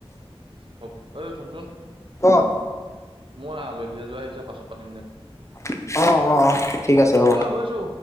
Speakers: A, on the right (about 55°); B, on the left (about 30°).
A: অ'! ঐ শুনচোন!
B: অ'!
A: মোৰ আলহী এযোৰ আহিছে। পাছত পাতিম দে!
B: অ' অ' অ'! ঠিক আছে হ'ব।
A: অ' গৈছো।